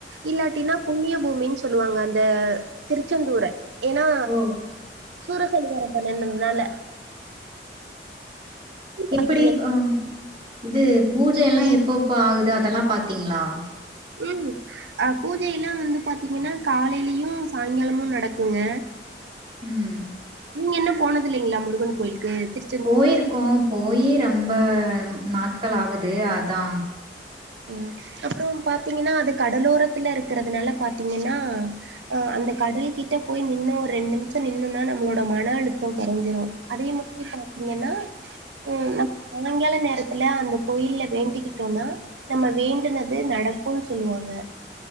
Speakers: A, on the right; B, on the right.
A: இல்லாட்டினா புண்ணிய பூமின்னு சொல்லுவாங்க அந்த திருச்செந்தூர ஏன்னா
B: ஓ
A: சூரசம்ஹாரம் பண்ணுனதுனால
B: எப்பிடி
A: பாத்தீங்க
B: அ இது பூஜ எல்லா எப்பப்ப ஆகுது அதெல்லா பாத்தீங்ளா
A: ம் அண பூஜை எல்லா வந்து பாத்தீங்கன்னா காலைலயு சாய்ங்காலமு நடக்குங்க
B: ம்
A: நீங்க இன்னு போனது இல்லைங்களா முருகன் கோயிலுக்கு திரு
B: போயிருக்கோ போயி ரொம்ப நாட்கள் ஆகுது அதா
A: ம் அப்றோ பாத்தீங்கன்னா அது கடலோரத்துல இருக்குறதுனால பாத்தீங்கன்னா அ அந்த கடல்கிட்ட போய் நின்னு ஒரு ரெண்டு நிம்ஷ நின்னோன்னா நம்மளோட மன அழுத்த கொறஞ்சிரு அதே மாரி பா த்திங்கன்னா ம் நம்ம சாயங்கால நேரத்துல அந்த கோயில்ல வேண்டிக்கிட்டோனா நம்ம வேண்டுனது நடக்குனு சொல்லுவாங்க